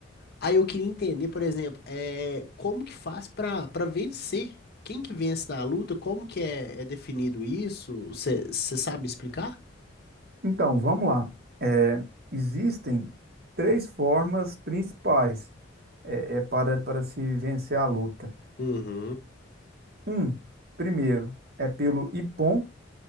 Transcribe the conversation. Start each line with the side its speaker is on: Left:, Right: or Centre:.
Left: Aí eu queria entender, por exemplo, é, como que faz pra para vencer? Quem que vence na luta? Como que é, é definido isso? Você sabe explicar?
Right: Então, vamos lá. É, existem três formas principais é, é para, para se vencer a luta.
Left: Uhum.
Right: Um, primeiro, é pelo Ippon.